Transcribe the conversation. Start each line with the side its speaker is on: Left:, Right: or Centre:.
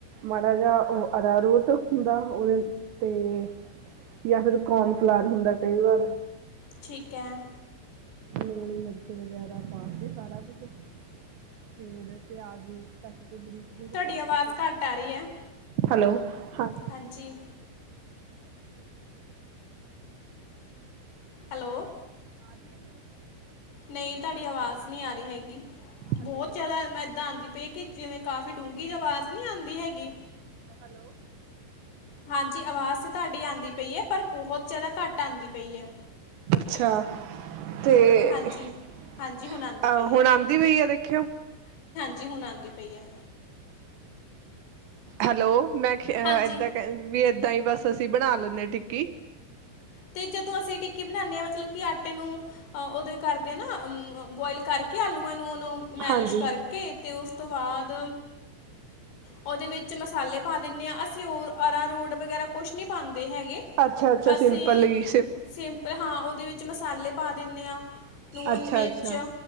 Right: ਮਾੜਾ ਜਿਹਾ ਅਰਾਰੋਟ ਹੁੰਦਾ ਉਹਦੇ ਤੇ ਯਾਂ ਫਿਰ ਕੋਨ ਫਲਾਰ ਹੁੰਦਾ ਕਈ ਵਾਰ।
Left: ਠੀਕ ਹੈ।
Right: ਲੂਣ ਮਿਰਚ ਵਗੈਰਾ ਪਾ ਕੇ ਸਾਰਾ ਕੁਛ ਫੇਰ ਪਿਆਜ ਵੀ ਕੱਟ ਬਰੀਕ ਬਰੀਕ
Left: ਤੁਹਾਡੀ
Right: ਨਾ
Left: ਆਵਾਜ਼
Right: ਕੇ ਓਤੇ
Left: ਘੱਟ ਆ ਰਹੀ ਹੈ
Right: ਹੈਲੋ। ਹਾਂ
Left: ਹਾਂਜੀ।
Right: <unintelligible>
Left: ਹੈਲੋ।
Right: ਆ ਰਹੀ ਆ ਹੋ
Left: ਨਹੀਂ ਤੁਹਾਡੀ ਆਵਾਜ਼ ਨਹੀਂ ਆ ਰਹੀ ਹੈਗੀ।
Right: ਹੈਲੋ
Left: ਬਹੁਤ ਜ਼ਿਆਦਾ ਮੈਂ ਆਦੀ ਪਈ ਕਿ ਜਿਵੇਂ ਕਾਫ਼ੀ ਡੂੰਘੀ ਆਵਾਜ਼ ਨਹੀਂ ਆਉਂਦੀ ਹੈਗੀ।
Right: ਹੈਲੋ।
Left: ਹਾਂਜੀ ਆਵਾਜ਼ ਤੇ ਤੁਹਾਡੀ ਆਉਂਦੀ ਪਈ ਹੈ ਪਰ ਬਹੁਤ ਜਿਆਦਾ ਘੱਟ ਆਉਂਦੀ ਪਈ ਹੈ।
Right: ਅੱਛਾ ਤੇ
Left: ਹਾਂਜੀ
Right: ਅ
Left: ਹਾਂਜੀ ਹੁਣ ਆਉਂਦੀ ਪਈ
Right: ਹੁਣ ਆਉਂਦੀ ਪਈ ਆ ਦੇਖਿਓ
Left: ਜੀ ਹੁਣ ਆਉਂਦੀ ਪਈ ਹੈ।
Right: ਹੈਲੋ। ਮੈਂ
Left: ਹਾਂਜੀ
Right: ਇਦਾਂ ਵੀ ਇਦਾਂ ਹੀ ਬਸ ਅਸੀਂ ਬਣਾ ਲੈਂਦੇ ਹਾਂ ਟਿੱਕੀ
Left: ਤੇ ਜਦੋਂ ਅਸੀਂ ਟਿੱਕੇ ਬਣਾਦੇ ਹ ਮਤਲਬ ਕਿ ਆਟੇ ਨੂੰ ਉਹਦੇ ਕਰਦੇ ਹ ਨਾ ਅ ਬੋਇਲ ਕਰਕੇ ਆਲੂਆਂ। ਉਹਨੂੰ ਮੈਲਿਸ਼
Right: ਹਾਂਜੀ
Left: ਕਰਕੇ ਤੇ ਉਸ ਤੋਂ ਬਾਅਦ ਉਹਦੇ ਵਿੱਚ ਮਸਾਲੇ ਪਾ ਦਿੰਦੇ ਹਾਂ ਅਸੀਂ ਉਹ ਅਰ ਰੋਡ ਵਗੈਰਾ ਕੁਛ ਨਹੀਂੀ ਪਾਉਂਦੇ ਹੈਗੇ <unintelligible>
Right: ਅੱਛਾ ਅੱਛਾ ਸਿੰਪਲ
Left: ਸਿੰਪਲ
Right: ਹੀ
Left: ਹਾਂ ਉਹਦੇ ਵਿੱਚ ਮਸਾਲ <unintelligible> ਨੂਣ
Right: ਅੱਛਾ
Left: ਮਿਰਚ
Right: ਅੱਛਾ